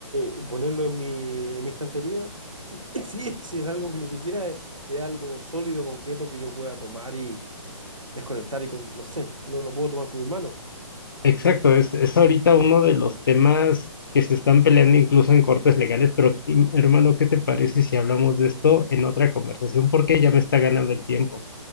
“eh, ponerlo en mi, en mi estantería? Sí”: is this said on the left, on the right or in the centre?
Right